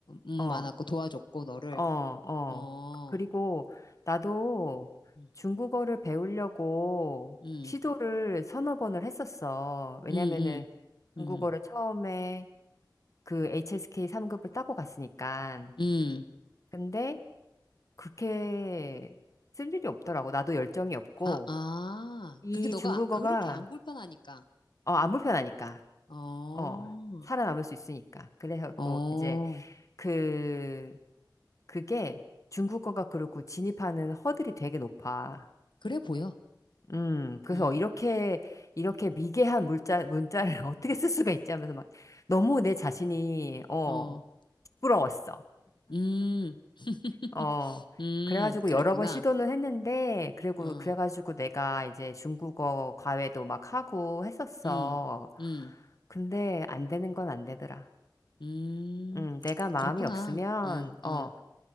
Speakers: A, on the left; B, on the left.
A: 음,
B: 어,
A: 많았고 도와줬고 너를
B: 어, 어.
A: 어,
B: 그리고 나도
A: 음,
B: 중국어를 배우려고
A: 음,
B: 시도를 서너 번을 했었어. 왜냐면은
A: 음,
B: 중국어를
A: 음, 음.
B: 처음에 그 HSK 3급을 따고 갔으니까.
A: 음.
B: 근데 그렇게 쓸 일이 없더라고. 나도 열정이 없고,
A: 아, 아.
B: 이
A: 그게 너가
B: 중국어가,
A: 그렇게 안 불편하니까.
B: 어, 안 불편하니까.
A: 어.
B: 어, 살아남을 수 있으니까. 그래갖고,
A: 어,
B: 이제, 그 그게 중국어가 그렇고 진입하는 허들이 되게 높아.
A: 그래 보여.
B: 음, 그래서
A: 응,
B: 이렇게, 이렇게 미개한 물자, 문자를 <laughs> 어떻게 쓸 수가 있지 하면서 막 너무 내 자신이, 어,
A: 어,
B: 부러웠어.
A: 음, <laughs>
B: 어.
A: 음,
B: 그래가지고
A: 그랬구나.
B: 여러 번 시도는 했는데, 그리고
A: 어,
B: 그래가지고 내가 이제 중국어 과외도 막 하고 했었어.
A: 음, 음,
B: 근데 안 되는 건 안 되더라.
A: 음,
B: 음, 내가 마음이
A: 그렇구나.
B: 없으면,
A: 어,
B: 어,
A: 어,